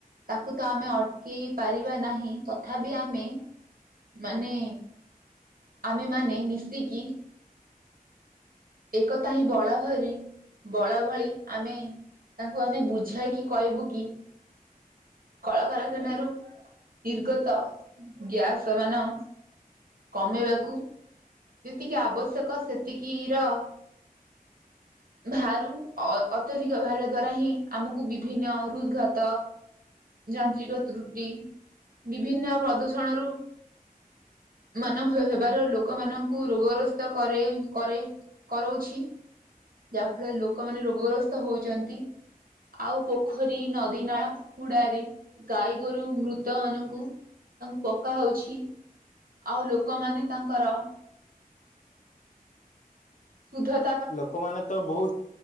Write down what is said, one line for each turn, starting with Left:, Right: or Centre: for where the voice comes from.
Right: ତାକୁ ତ ଆମେ ଅଟକେଇ ପାରିବା ନାହିଁ ତଥାବି ଆମେ ମାନେ ଆମେ ମାନେ ମିଶିକି ଏକତା ହିଁ ବଳଭରି ବଳ ଭଳି ଆମେ ତାଙ୍କୁ ଆମେ ବୁଝାଇକି କହିବୁ କି କଳକାରଖାନାରୁ ନିର୍ଗତ ଗ୍ୟାସ ମାନ କମେଇବାକୁ ଯେତିକି ଆବଶ୍ୟକ ସେତିକି ର ଭାରୁ ଅ ଅତ୍ୟଧିକ ଭାରିବା ଦ୍ଵାରା ହିଁ ଆମକୁ ବିଭିନ୍ନ ହୃଦଘାତ ଯାନ୍ତ୍ରିକ ତ୍ରୁଟି ବିଭିନ୍ନ ପ୍ରଦୂଷ ସଣରୁ ମାନ ହ ହେବାର ଲୋକମାନ କୁ ରୋଗଗ୍ରସ୍ତ କରେଇ କରେଇ କରୋଉଛି। ଯାହା ଫଳରେ ଲୋକମାନେ ରୋଗଗ୍ରସ୍ତ ହୋଉଚନ୍ତି। ଆଉ ପୋଖରୀ ନଦୀ ନାଳ ହୁଡାରେ ଗାଈ ଗୋରୁ ମୃତ ମାନଙ୍କୁ ତାଙ୍କୁ ପକା ହଉଛି। ଆଉ ଲୋକମାନେ ତାଙ୍କର ସୁଧତ
Left: ଲୋକମାନେ ତ ବୋହୁତ